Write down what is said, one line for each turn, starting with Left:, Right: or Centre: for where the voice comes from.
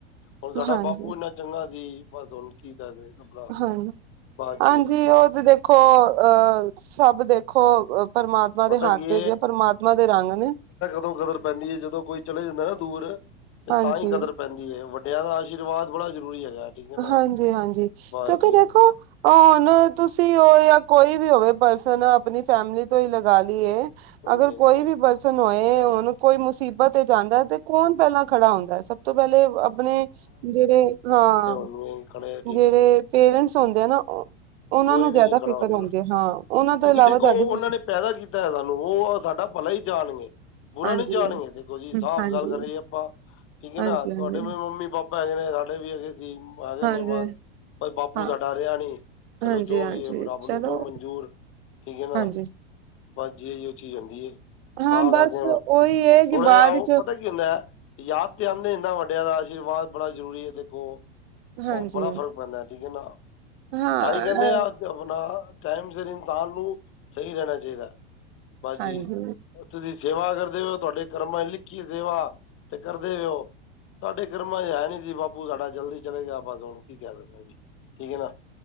Left: ਹੋਰ ਸਾਡਾ
Right: ਹਾਂਜੀ
Left: ਬਾਪੂ ਇੰਨਾ ਚੰਗਾ ਸੀ ਬਸ ਹਣੂੰ ਕੀ ਆਪਣਾ
Right: ਹਾਂਜੀ,
Left: ਬਸ
Right: ਹਾਂਜੀ
Left: ਜੀ
Right: ਉਹ ਤੇ ਦੇਖੋ ਅਹ ਸਭ ਦੇਖੋ ਪਰਮਾਤਮਾ ਦੇ
Left: ਪਤਾ
Right: ਹੱਥ
Left: ਕੀ
Right: ਚ ਪ੍ਰਮਾਤਮਾ ਦੇ ਰੰਗ ਨੇ।
Left: ਉਦੋਂ ਕਦਰ ਪੈਂਦੀ ਹੈ। ਜਦੋਂ ਕੋਈ ਚਲੇ ਜਾਂਦਾ ਨਾ ਦੂਰ ਤੇ
Right: ਹਾਂਜੀ
Left: ਤਾਂ ਹੀ ਕਦਰ ਪੈਂਦੀ। ਵੱਡਿਆਂ ਦਾ ਆਸ਼ੀਰਵਾਦ ਬੜਾ ਜ਼ਰੂਰੀ ਹੈਗਾ, ਠੀਕ ਹੈ ਨਾ
Right: ਹਾਂਜੀ, ਹਾਂਜੀ
Left: ਬਸ
Right: ਕਿਉਂਕਿ
Left: ਜੀ
Right: ਦੇਖੋ ਹੁਣ ਤੁਸੀਂ ਹੋ ਜਾਂ ਕੋਈ ਵੀ ਹੋਵੇ ਪਰਸਨ ਆਪਣੀ ਫੈਮਿਲੀ ਤੋਂ ਹੀ ਲਗਾ ਲਈਏ,
Left: ਹਾਂਜੀ
Right: ਅਗਰ
Left: ਹਾਂਜੀ
Right: ਕੋਈ ਵੀ ਬਸ ਹੋਏ ਹੁਣ ਕੋਈ ਮੁਸੀਬਤ ਤੇ ਜਾਂਦਾ ਤੇ ਕੌਣ ਪਹਿਲਾਂ ਖੜਾ ਹੁੰਦਾ। ਸਭ ਤੋਂ ਪਹਿਲੇ ਆਪਣੇ ਜਿਹੜੇ ਆ।
Left: ਮੇਨ ਖੇੜੇ।
Right: ਜਿਹੜੇ ਪੇਰੈਂਟਸ ਹੁੰਦੇ ਆ ਨਾਂ। ਉਹਨਾਂ
Left: ਕੋਈ
Right: ਨੂੰ
Left: ਵੀ
Right: ਜ਼ਿਆਦਾ
Left: ਨਹੀਂ ਖੜ੍ਹਾ
Right: ਫ਼ਿਕਰ
Left: ਹੁੰਦਾ
Right: ਹੁੰਦੀ ਆ ਹਾਂ। ਉਹਨਾਂ ਤੋਂ
Left: ਕਿਉਂਕਿ
Right: ਇਲਾਵਾ
Left: ਦੇਖੋ
Right: ਕਰਦੇੰ
Left: ਉਹਨਾਂ
Right: ਤੁਸੀਂ।
Left: ਨੇ ਪੈਦਾ ਕੀਤਾ ਹੈ ਸਾਨੂੰ ਉਹ ਸਾਡਾ ਭਲਾ ਹੀ ਜਾਣਗੇ। ਬੁਰਾ
Right: ਹਾਂਜੀ
Left: ਨੀ ਜਾਣਗੇ ਦੇਖੋ ਜੀ।
Right: ਹਮ,
Left: ਸਾਫ਼
Right: ਹਾਂਜੀ
Left: ਗੱਲ ਕਰਹੀਏ ਆਪਾਂ। ਠੀਕ ਹੈ।
Right: ਹਾਂਜੀ
Left: ਨਾ
Right: ਹਾਂਜੀ
Left: ਤੁਹਾਡੇ ਵੀ ਮੰਮੀ ਪਾਪਾ ਹੈਗੇ ਨੇ ਸਾਡੇ ਵੀ ਹੈਗੇ ਸੀ। ਹੈਗੇ
Right: ਹਾਂਜੀ
Left: ਨੇ ਬਸ। ਪਰ ਬਾਪੂ
Right: ਹਾਂ
Left: ਸਾਡਾ ਰਿਹਾ ਨੀ
Right: ਹਾਂਜੀ
Left: ਚਲੋ ਜੋ
Right: ਹਾਂਜੀ
Left: ਵੀ ਹੈ ਰੱਬ
Right: ਚਲੋ
Left: ਨੂੰ ਜੋ ਮਨਜ਼ੂਰ। ਠੀਕ ਹੈ ਨਾ
Right: ਹਾਂਜੀ
Left: ਜਹੜੀ ਉਹ ਚੀਜ਼ ਆਉਂਦੀ ਹੈ।
Right: ਹਾਂ
Left: ਤਾਂ
Right: ਬਸ
Left: ਕਰਕੇ
Right: ਉਹੀ ਹੈ ਕਿ
Left: ਥੋੜਾ
Right: ਬਾਅਦ
Left: ਜਿਹਾ ਉਹ
Right: ਚ
Left: ਪਤਾ। ਕਹਿੰਦਾ ਯਾਦ ਤੇ ਆਉਂਦੇ। ਇਨਾਂ ਵੱਡਿਆਂ ਦਾ ਆਸ਼ੀਰਵਾਦ ਬੜਾ ਜ਼ਰੂਰੀ ਹੈ ਦੇਖੋ।
Right: ਹਾਂਜੀ
Left: ਉਹ ਬੜਾ ਫਰਕ ਪੈਂਦਾ ਠੀਕ ਹੈ ਨਾ।
Right: ਹਾਂ
Left: ਤਾਂਈ ਕਹਿੰਦੇ
Right: ਅ,
Left: ਆਂ। ਆਪਣਾ ਟਾਈਮ ਸਿਰ ਇਨਸਾਨ ਨੂੰ। ਸਹੀ ਰਹਿਣਾ ਚਾਹੀਦਾ ਬਸ ਜੀ।
Right: ਹਾਂਜੀ
Left: ਤੁਸੀਂ ਸੇਵਾ ਕਰਦੇ ਹੋ। ਤੁਹਾਡੇ ਕਰਮਾਂ ਚ ਲਿਖੀਏ ਸੇਵਾ ਤੇ ਕਰਦੇ ਰਹੋ। ਸਾਡੇ ਕਰਮਾ 'ਚ ਹੈ ਨੀ ਸੀ ਬਾਪੂ ਸਾਡਾ ਜਲਦੀ ਚਲਿਆਂ ਗਿਆ। ਬਸ ਹੁਣ ਕੀ ਕਹਿ ਸਕਦੇ ਜੀ। ਠੀਕ ਹੈ ਨਾਂ।